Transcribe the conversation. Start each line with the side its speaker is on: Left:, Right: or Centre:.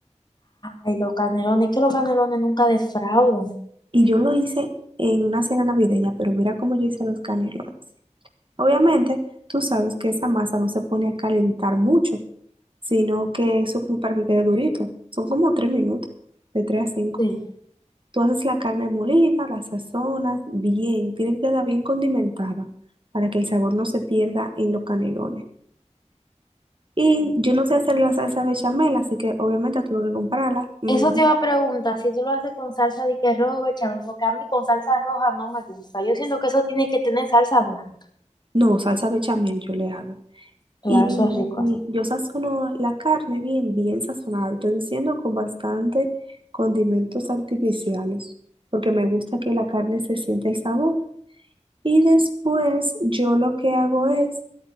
Left: Ay, los canelones, que los canelones nunca defraudan.
Right: Y yo lo hice en una cena navideña, pero mira cómo yo hice los canelones. Obviamente, tú sabes que esa masa no se pone a calentar mucho, sino que eso como para que quede durito. Son como tres minutos, de tres a cinco.
Left: Sí.
Right: Tú haces la carne molida, la sazonas bien, tiene que quedar bien condimentada para que el sabor no se pierda en los canelones. Y yo no sé hacer la salsa bechamel, así que obviamente tuve que comprarla. Mm,
Left: Eso te iba a preguntar, si tú lo haces con salsa de que rojo, bechamel, porque a mí con salsa roja no me gusta. Yo siento que eso tiene que tener salsa blanca.
Right: No, salsa bechamel yo le hago.
Left: Claro,
Right: Y
Left: eso es rico. así.
Right: yo sazono la carne bien, bien sazonada. Estoy diciendo con bastante condimentos artificiales, porque me gusta que la carne se sienta el sabor. Y después yo lo que hago es